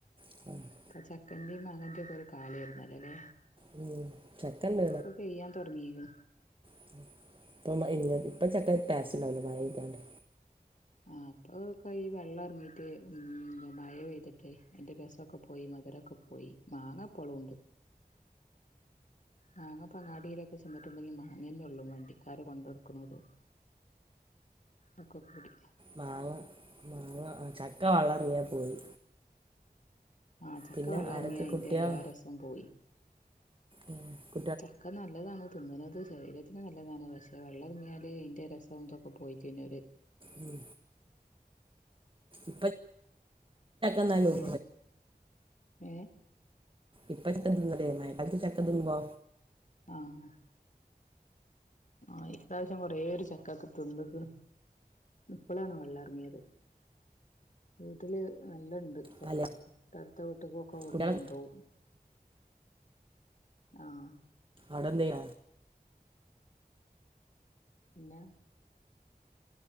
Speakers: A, on the right; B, on the left.
A: <inaudible>
B: ഇപ്പൊ ചക്കന്റെയും മാങ്ങന്റെയും കുറെ കാലായിരുന്നല്ലല്ലേ
A: ഉം. ചക്ക ഉണ്ട്
B: ഇപ്പൊപ്പൊ പെയ്യാൻ തുടങ്ങില്ലോ
A: <unintelligible> ഇപ്പൊ ചക്ക ടേസ്റ്റ് ഉണ്ടാവില്ല മഴ ഇള്ളൊണ്ട്
B: ആഹ് അപ്പൊ ക്ക ഈ വെള്ളം ഇറങ്ങീട്ട് ഉം മഴെപെയ്തിട്ടെ അതിന്റെ രസൊക്കെ പോയി മധുരൊക്കെ പോയി മാങ്ങപ്പളുണ്ട് മാങ്ങപ്പൊങ്ങാടിയിലൊക്കെ ചെന്നിട്ടുണ്ടെങ്കിൽ മാങ്ങന്നെ ഉള്ളൂ വണ്ടിക്കാര് കൊണ്ട്നടക്കണുണ്ട് ഒക്കെകൂടി
A: മാങ്ങ മാങ്ങ ചക്ക വളളറങ്ങിയാ പോയി.
B: ആഹ് ചക്ക
A: പിന്നെ
B: വള്ളം
A: ആരൊക്കെ
B: എറങ്ങിയാ അയിന്റെ
A: കുട്ടികൾ
B: എല്ലാ രസവും പോയി
A: ആഹ്
B: ചക്ക നല്ലതാണ് തിന്നുന്നത് ശരീരത്തിന് നല്ലതാണ് പക്ഷെ വെള്ളം എറങ്ങിയാല് അതിന്റെ രസോ ഇതൊക്കെ പോയിട്ട് പിന്നൊരു
A: ഉം ഇപ്പ <unintelligible> ഉണ്ടാവും
B: ഏ ഏ
A: ഇപ്പൊ <unintelligible> മയക്കാലത്ത് ചക്ക തിന്നുമ്പോ
B: ആഹ് ആഹ് ഇപ്രാവശ്യം കൊറെ ഒരു ചക്കക്ക തിന്ന്ക്ക്ണ് ഇപ്പളാണ് വെള്ളംറങ്ങിയത് വീട്ടില് നല്ലണ്ട് ചക്ക
A: പല
B: അടുത്ത വീട്ടിക്കൊക്കെ ഇവിടുന്ന്
A: കുട്ടികളെ
B: കൊണ്ടു പോകും ആഹ്
A: അടന്നയ
B: പിന്ന